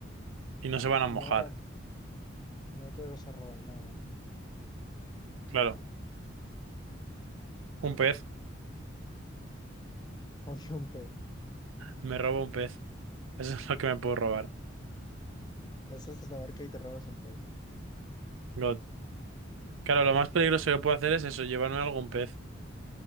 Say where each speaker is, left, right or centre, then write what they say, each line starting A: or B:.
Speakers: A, on the right; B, on the left.
A: Y no se van a
B: y
A: mojar.
B: no van a- y no te vas a robar nada.
A: Claro, un pez.
B: Confía un pez.
A: Me robo un pez. Eso <laughs> es lo que me puedo robar.
B: Eso es Tabarca y te robas un pez.
A: God. Claro, lo más peligroso que puedo hacer es eso, llevarme algún pez.